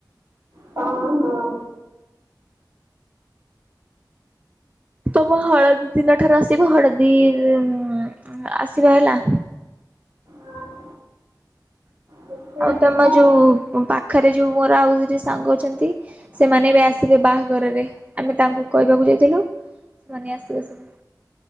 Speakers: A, on the right; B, on the right.
A: ହଉ ହଉ।
B: ତମ ହଳଦୀ ଦିନ ଠାରୁ ଆସିବ ହଳଦୀ ଉଁ ଆସିବା ହେଲା।
A: ହଁ ଦେଖିଆ
B: ଆଉ
A: ଯିବା
B: ତମ ଯୋଉ ପାଖରେ ଯୋଉ ମୋର ଆଉ ଦୁଇଟି ସାଙ୍ଗ ଅଛନ୍ତି ସେମାନେ ଏବେ ଆସିବେ ବାହାଘରରେ, ଆମେ ତାଙ୍କୁ କହିବାକୁ ଯାଇଥିଲୁ ସେମାନେ ଆସିବେ ସବୁ।